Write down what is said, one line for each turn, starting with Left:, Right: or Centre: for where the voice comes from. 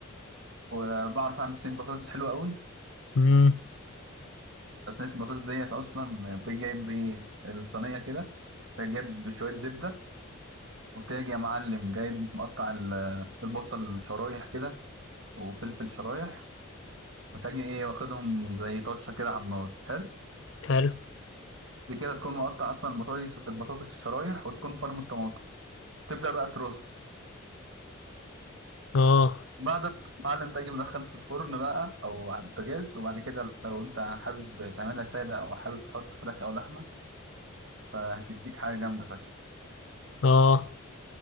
Right: وبعرف اعمل صينيه بطاطس حلوه قوي
Left: امم
Right: صينيه البطاطس ديت اصلا بتجيب ايه الصينيه كده تجيب شويه زبده وتاج يا معلم جايب مقطع ال- البصل شرايح كده وفلفل شرايح وتاجي ايه واخدهم زي طشه كده على النار حلو
Left: حلو
Right: دي كده تكون مقطع اصلا البطاطس البطاطس شرايح وتكون فرم الطماطم تبدا بقى ترص
Left: اه
Right: بعد ما المعلم تاجي مدخل في الفرن بقى او على البوتاجاز وبعد كده لو انت حابب تعملها ساده او حابب تحط فراخ او لحمه فهتديك حاجه جامده فشخ
Left: اه